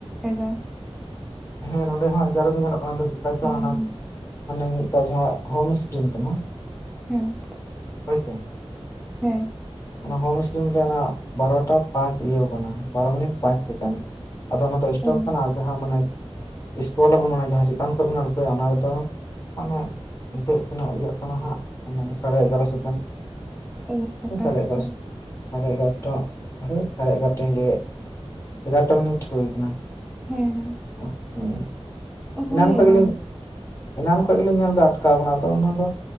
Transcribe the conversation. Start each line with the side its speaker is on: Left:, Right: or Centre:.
Centre: ᱮᱜᱟ
Left: ᱦᱮᱸ ᱱᱚᱸᱰᱮ ᱦᱚᱸ ᱮᱜᱟᱨᱚ ᱜᱮ ᱧᱮᱞᱚᱜ ᱠᱟᱱᱟ ᱪᱮᱠᱟ ᱪᱚ
Centre: ᱮᱜᱟᱨᱚ
Left: ᱦᱟᱱᱟ
Centre: ᱦᱮᱸ
Left: ᱦᱟᱱᱮ ᱢᱤᱫᱛᱟ ᱡᱟᱦᱟᱸ ᱦᱳᱢ ᱤᱥᱠᱨᱤᱱ ᱠᱟᱱᱟ᱾
Centre: ᱦᱮᱸ᱾
Left: ᱦᱳᱭ ᱥᱮ᱾
Centre: ᱦᱮᱸ᱾
Left: ᱚᱱᱟ ᱦᱳᱢ ᱤᱥᱠᱤᱱ ᱨᱮ ᱚᱱᱟ ᱵᱟᱨᱚᱴᱟ ᱯᱟᱸᱪ ᱤᱭᱟᱹᱣ ᱠᱟᱱᱟ ᱵᱟᱨᱚᱢᱤᱱᱤᱴ ᱯᱟᱸᱪ ᱥᱮᱠᱮᱱ᱾ ᱟᱫᱚ ᱚᱱᱟ ᱫᱚ ᱥᱴᱚᱯ
Centre: ᱚ
Left: ᱠᱟᱱᱟ ᱟᱨ ᱡᱟᱦᱟᱸ ᱢᱟᱱᱮ ᱤᱥᱠᱳᱞ ᱟᱵᱚᱱ ᱢᱟᱱᱮ ᱡᱟᱦᱟᱸ ᱪᱮᱛᱟᱱ ᱠᱷᱚᱡ ᱵᱚᱱ ᱟᱬᱜᱳᱭᱟ ᱚᱱᱟ ᱨᱮᱫᱚ ᱢᱟᱱᱮ ᱱᱤᱛᱳᱜ ᱛᱤᱱᱟᱹᱜ ᱤᱭᱟᱹᱜ ᱠᱟᱱᱟ ᱦᱟᱸᱜ <inaudible> ᱥᱟᱲᱮ ᱮᱜᱟᱨᱚ <inaudible>
Centre: ᱚ
Left: ᱥᱟᱲᱮ
Centre: ᱟᱪᱪᱷᱟ
Left: ᱮᱜᱟᱨᱚᱥᱚ ᱥᱟᱲᱮ ᱮᱜᱟᱨᱚᱴᱟ ᱫᱷᱟᱹᱴ ᱥᱟᱲᱮ ᱮᱜᱟᱨᱚᱴᱟᱧ ᱞᱟᱹᱭᱮᱫ᱾ ᱮᱜᱟᱨᱚᱴᱟ ᱢᱤᱱᱤᱴ ᱦᱳᱭ ᱠᱟᱱᱟ᱾
Centre: ᱦᱮᱸ ᱦᱮᱸ᱾
Left: <inaudible>
Centre: ᱦᱳᱭ
Left: ᱮᱱᱟᱱ ᱠᱷᱚᱱ ᱜᱮᱞᱤᱧ
Centre: ᱚ
Left: ᱮᱱᱟᱱ ᱠᱷᱚᱡ ᱜᱮᱞᱤᱧ ᱧᱮᱞ ᱫᱟ ᱟᱴᱠᱟᱣ ᱠᱟᱱᱟ, ᱟᱫᱚ ᱚᱱᱟ ᱫᱚ